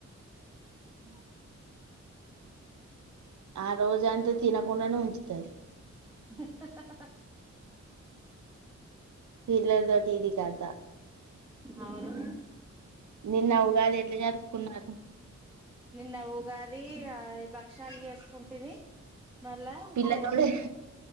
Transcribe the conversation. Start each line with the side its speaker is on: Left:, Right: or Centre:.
Centre: మ్
Right: ఆ రోజంతె తినకుండనే ఉంచుతది.
Centre: జిప్తఎహ్
Right: పిల్లల్తోటి ఇది కత.
Centre: ఔను.
Right: నిన్న ఉగాది ఎట్ల జరుప్కున్నారు.
Centre: నిన్న ఉగాదీ ఆది భక్షాల్ దేస్కుంటిమి. మళ్ళా
Right: పిల్లతోటే
Centre: పెరుగు